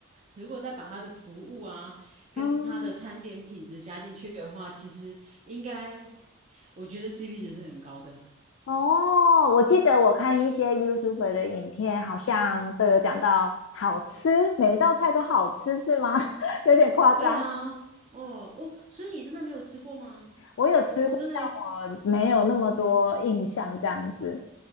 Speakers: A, on the right (about 30°); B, on the left (about 70°).
A: 如果再把它的服务啊跟它的餐点品质加进去的话，
B: 嗯，
A: 其实应该我觉得 CP 值是很高的。
B: 哦，我记得我看一些 YouTuber 的影片，好像都有讲到好吃，每一道菜都好吃，是吗？<laughs> 有点夸张。
A: 对啊，哦哦，所以你真的没有吃过吗？
B: 我有吃过，
A: 我、真的，
B: 但我没有那么多印象，这样子。